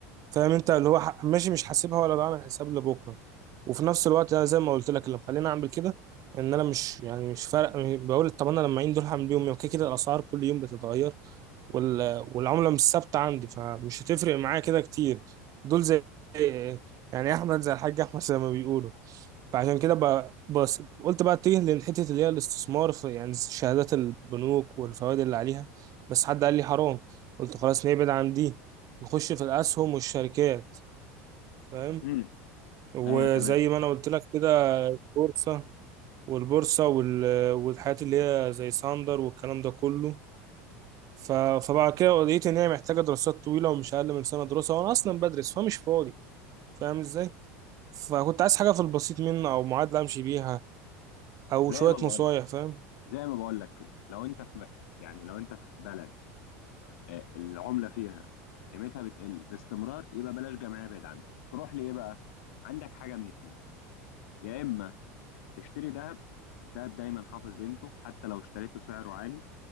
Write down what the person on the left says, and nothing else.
امم
ايوه تمام
زي
ما بقول
لك
زي ما بقول لك كده لو انت في م- يعني لو انت في بلد آه، العملة فيها قيمتها بتقل باستمرار يبقى بلاش جمعية بعيد عنها تروح لإيه بقى عندك حاجة من اتنين يا إما تشتري ذهب الذهب دايما حافظ قيمته حتى لو اشتريته سعره عالي